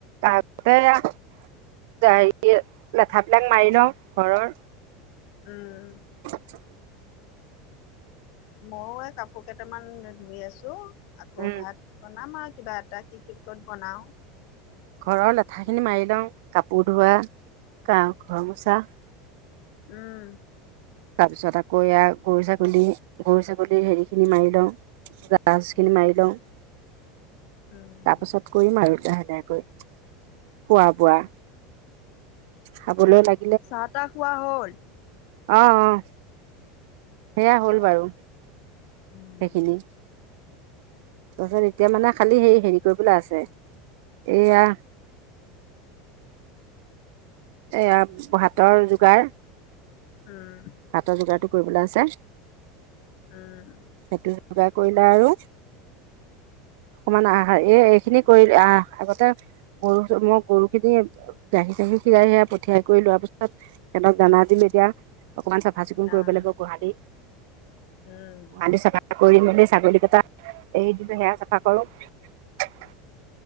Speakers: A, on the right; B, on the left.
A: আগতে হেৰি লেঠাবিলাক মাৰি লওঁ ঘৰৰ
B: উম
A: <inaudible>
B: ময়ও এই কাপোৰ কেইটামান ধুই আছো আকৌ
A: উম
B: ভাত বনাম আৰু কিবা এটা কি কি কত বনাওঁ?
A: ঘৰৰ লে খিনি মাৰি লওঁ, কাপোৰ ধোৱা গা ঘৰ মোচা
B: উম
A: তাৰপিছত আকৌ এয়া গৰু ছাগলী গৰু ছাগলীৰ হেৰি খিনি মাৰি লওঁ জাজ খিনি মাৰি লওঁ
B: উম
A: তাৰ পাছত কৰিম আৰু লাহে লাহে কৈ খোৱা বোৱা খাবলৈ লাগে
B: চাহ তাহ খোৱা হল?
A: আহ আহ সেয়া হ'ল
B: আহ
A: বাৰু
B: উম
A: সেইখিনি তাৰপাছত এতিয়া মানে খালি হে হেৰি কৰিবলৈ আছে এইয়া এয়া ভাতৰ যোগাৰ,
B: উম
A: ভাতৰ যোগাৰটো কৰিবলৈ আছে
B: উম
A: সেইটো যোগাৰ কৰিলে আৰু অকমান আহাৰ এই এইখিনি কৰিল আহ আগতে গৰু মই গৰু খিনি গাখীৰ চাখীৰ খিৰাই সিৰাই পঠিয়াই কৰি লোৱাৰ পিছত সিহঁতক দানা দিলোঁ এতিয়া, অকমান চাফা চিকুণ কৰিব
B: আহ
A: লাগিব গোহালি
B: উম
A: গোহালি চাফা কৰি মেলি ছাগলী কেইটা এৰি দিলো সেয়া চাফা কৰোঁ ।